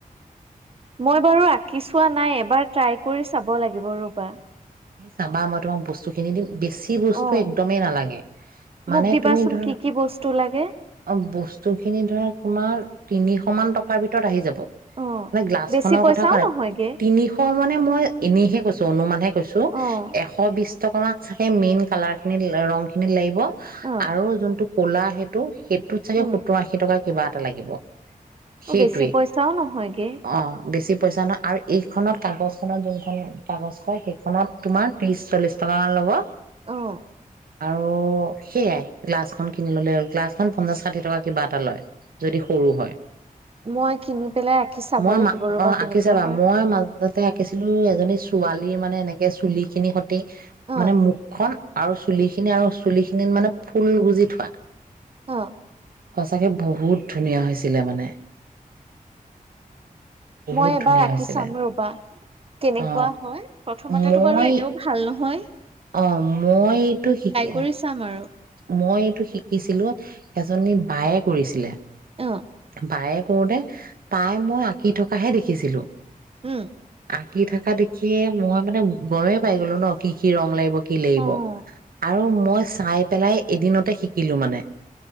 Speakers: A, on the right; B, on the right.
A: মই বাৰু আঁকি চোৱা নাই এবাৰ ট্ৰাই কৰি চাব লাগিব ৰবা
B: চাবা মই তোমাক বস্তুখিনি দিম বেছি বস্তু
A: অ',
B: একদমেই নালাগে মানে
A: মোক দিবাচোন
B: তুমি ধৰা
A: কি কি বস্তু লাগে
B: অ বস্তুখিনি ধৰা তোমাৰ তিনিশ মান টকাৰ ভিতৰত আহি যাব
A: অ',
B: মই গিলাচ
A: বেছি
B: খনৰ
A: পইচাও
B: কথা কোৱা নাই
A: নহয়গে।
B: তিনিশ মান নে মই এনেইহে কৈছো অনুমানহে কৈছো
A: অ',
B: এশ বিশ টকা মান চাগে মেইন কালাৰ খিনিত ৰং খিনিত লাগিব
A: অ',
B: আৰু যোনটো কলা সেইটো সেইটোত চাগে
A: উম,
B: সত্তৰ আশী টকা কিবা এটা লাগিব সেইটোৱে
A: অ', বেছি পইচাও নহয়গে।
B: অ বেছি পইচা ন আৰু এইখনত কাগজখনত যোনখন কাগজ ক সেইখনত তোমাৰ ত্ৰিছ চল্লিছ টকা মান ল'ব
A: অহ
B: অ সেইয়াই গ্লাছখন কিনি ললে গ্লাছখন পঞ্চাশ ষাঠি টকা কিবা এটা লয় যদি সৰু হয়
A: মই কিনি পেলাই আঁকি চাব
B: মই
A: লাগিব
B: মা
A: ৰ'বা
B: অ
A: কেনেকুৱা
B: আঁকি চাবা
A: হয়
B: মই মাজতে আঁকিছিলো এ এজনী ছোৱালী মানে এনেক এ চুলি খিনি তে
A: অ',
B: মানে মুখখন আৰু চুলি খিনি আৰু চুলি খিনিত মানে ফুল গুজি থোৱা
A: অ
B: সঁচাকে বহুত ধুনীয়া হৈছিলে মানে বহুত
A: মই এবাৰ
B: ধুনীয়া
A: আঁকি
B: হৈছিলে
A: চাম ৰবা কেনেকোৱা
B: অ
A: হয় প্ৰথমতে
B: মই
A: তাতো বাৰু এনেও ভাল নহয় নহয়
B: অ মই এইটো শিকি
A: কৰি চাম আৰু
B: মই এইটো শিকিছিলো এজনী বায়ে কৰিছিলে
A: অ
B: বায়েক কৰোতে তাই মই আঁকি থকাহে দেখিছিলো
A: উম
B: আকি থকা দেখিয়ে মই মানে গমে পাইছো লৈ ন কি কি ৰং লাগিব কি
A: উম
B: লাগিব আৰু মই চ চাই পেলাই এদিনতে শিকিলো মানে